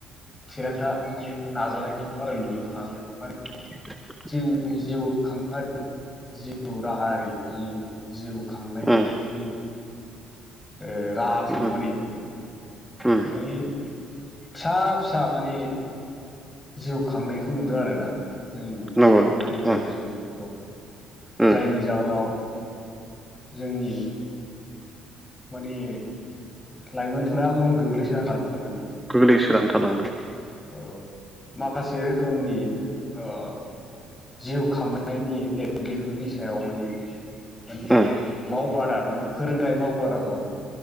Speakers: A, on the left; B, in the centre.
A: थिरांथा माने नाजानायखौ बारा नुनो थाङाखै माने
B: <inaudible>
A: जोंनि जिउ खांनाय जिउ राहा माने जिउ खांनायनि
B: उम
A: ओ राहाखौ
B: उम
A: माने
B: उम
A: मोनै फिसा फिसा माने जिउ खांनायखौ नुदों आरोना जोंनि
B: नंगौ नोंथां
A: जायगायारि
B: उम
A: सुबुंफोरखौ
B: उम
A: जायनि जाहोनाव जोंनि माने लाइमोनफोरा उन गोग्लैसोना था मानि
B: गोग्लैसोनानै थालांदों
A: औ माखासे रोखोमनि आ जिउ खांनायनि लेभलिहुदनि सायाव माने मानि
B: उम
A: मावबादा माने फोरोंथाइ मावबादाखौ